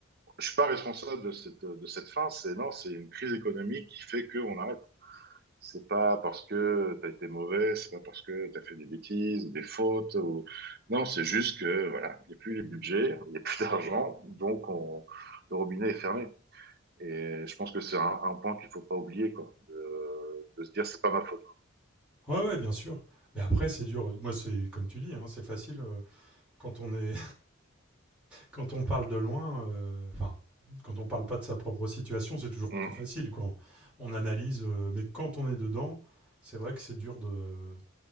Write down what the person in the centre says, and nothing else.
Ouais, ouais, bien sûr. Mais après, c'est dur. Moi, c'est comme tu dis, hein, c'est facile euh, quand on est quand on parle de loin, euh, enfin, quand on parle pas de sa propre situation, c'est toujours
plus facile. Quoi. On analyse, euh, mais quand on est dedans, c'est vrai que c'est dur de.